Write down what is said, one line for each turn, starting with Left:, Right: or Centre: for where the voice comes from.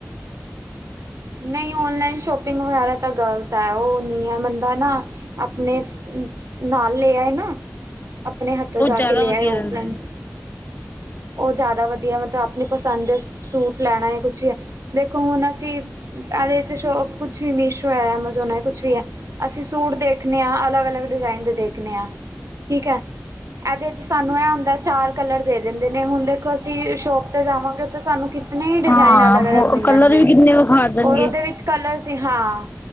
Right: ਨਈਂ ਔਨਲਾਈਨ ਸ਼ੋਪਿੰਗ ਵਗੈਰਾ ਤਾਂ ਗ਼ਲਤ ਐ, ਓ ਨੀਂ ਐ, ਬੰਦਾ ਨਾ ਆਪਣੇ ਫ-ਅ-ਨਾਲ ਲੇ ਆਏ ਨ, ਆਪਨੇ ਹੱਥੋਂ
Left: ਉਹ ਜ਼ਿਆਦਾ
Right: ਜਾ ਕੇ ਲੇ
Left: ਵਧੀਆ
Right: ਆਏ ਓ
Left: ਰਹਿੰਦਾ
Right: ਫਰੈਂਡਸ।
Left: ਹੈ
Right: ਓ ਜਾਦਾ ਵਧੀਆ ਮਤਲਬ ਆਪਣੀ ਪਸੰਦ ਦੇ ਸੂਟ ਲੈਣਾ ਏ ਕੁਛ ਵੀ ਹੈ, ਦੇਖੋ ਹੁਣ ਅਸੀਂ ਐਦੇ ਚ ਸ਼ੋਪ ਕੁਛ ਵੀ ਮੀਸ਼ੋ ਐ, ਐਮਜੋਨ ਐ, ਕੁਛ ਵੀ ਐ। ਅਸੀਂ ਸੂਟ ਦੇਖਨੇ ਆਂ ਅਲੱਗ-ਅਲੱਗ ਡਿਜ਼ਾਇਨ ਦੇ ਦੇਖਨੇ ਆਂ, ਠੀਕ ਐ। ਏਦੇ 'ਚ ਸਾਨੂੰ ਐ ਹੁੰਦਾ ਚਾਰ ਕਲਰ ਦੇ ਦਿੰਦੇ ਨੇ ਹੁਣ ਦੇਖੋ ਅਸੀਂ ਸ਼ੋਪ 'ਤੇ ਜਾਵਾਂਗੇ ਉੱਥੇ ਸਾਨੂੰ ਕਿ ਇਤਨੀ ਡਿਜ਼ਾਇਨ
Left: ਹਾਂ
Right: ਅਲੱਗ-ਅਲੱਗ ਮਿਲਣਗੇ
Left: ਕਲਰ ਵੀ ਕਿੰਨੇ ਵਿਖਾ ਦੇਣਗੇ
Right: ਔਰ ਉਦੇ ਵਿੱਚ ਕਲਰ ਦੀ ਹਾਂ